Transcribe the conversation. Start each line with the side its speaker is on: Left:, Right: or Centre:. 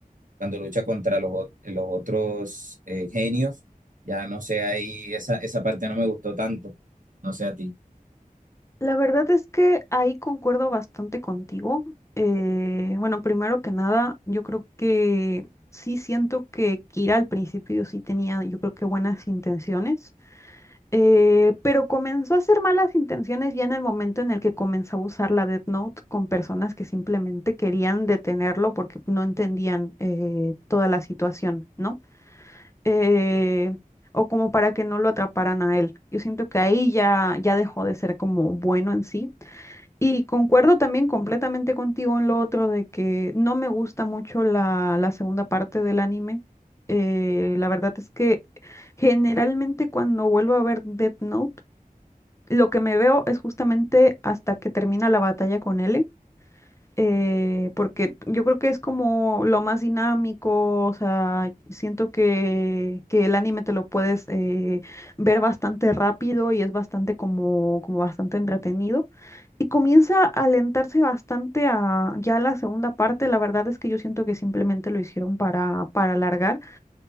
Right: cuando lucha contra los, ot- los otros eh, genios, ya no sé, ahí esa, esa parte no me gustó tanto, no sé a ti.
Left: La verdad es que ahí concuerdo bastante contigo. Eh, bueno, primero que nada, yo creo que sí siento que Kira al principio sí tenía, yo creo que buenas intenciones, eh, pero comenzó a hacer malas intenciones ya en el momento en el que comenzó a usar la Death Note con personas que simplemente querían detenerlo porque no entendían eh, toda la situación, ¿no? Eh, o como para que no lo atraparan a él. Yo siento que ahí ya, ya dejó de ser como bueno en sí. Y concuerdo también completamente contigo en lo otro de que no me gusta mucho la, la segunda parte del anime. Eh, la verdad es que generalmente cuando vuelvo a ver Death Note, lo que me veo es justamente hasta que termina la batalla con L, eh, porque yo creo que es como lo más dinámico, o sea, siento que, que el anime te lo puedes eh, ver bastante rápido y es bastante como, como bastante entretenido. Y comienza a alentarse bastante a ya la segunda parte. La verdad es que yo siento que simplemente lo hicieron para, para alargar.